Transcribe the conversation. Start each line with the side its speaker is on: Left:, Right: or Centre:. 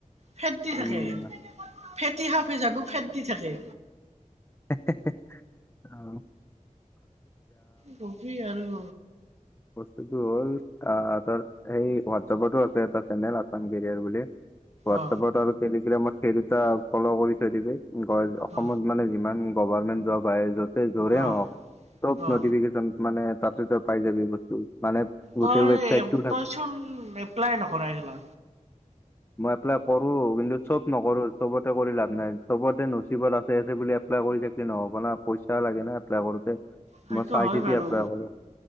Right: ফেট দি থাকে
Left: উম।
Right: ফেটি সাপে জানো ফেট দি থাকে।
Left: হে হে হে অঁ।
Right: কবি আৰু।
Left: বস্তুতটো হ'ল আহ তাৰ সেই হোৱাটছপতো আছে এটা চেনেল আচাম কেৰিয়াৰ বুলি। হোৱাটছেপত
Right: অ
Left: আৰু টেলিগ্ৰামত ফেৰিতা- ফল' কৰি থৈ দিবি অসমত
Right: অ
Left: মানে যিমান গভাৰমেন্ট জব আহ য'ত- জৰে
Right: অ
Left: নহওক চব
Right: অ
Left: নটিফিকেশ্যন মানে তাতে তই পাই যাবি বস্তু। মানে গোটেই
Right: তই
Left: ৱেবচাইটটো থাক
Right: তই চোন এপ্লাই ন কৰাই গিলা।
Left: মই এপ্লাই- কৰো কিন্তু চব নকৰো চবতে কৰি লাভ নাই চবতে নচিবত আছে আছে বুলি এপ্লাই কৰি থাকিলে নহব। হব না পইচা লাগে না এপ্লাই কৰোতে।
Right: সেইটো
Left: মই চাই
Right: হয়
Left: চিটি
Right: বাৰু
Left: এপ্লাই কৰো